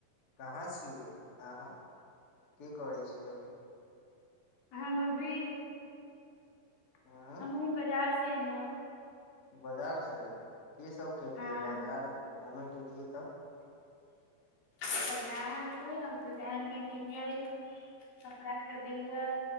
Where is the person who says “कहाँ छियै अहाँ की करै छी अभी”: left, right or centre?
Left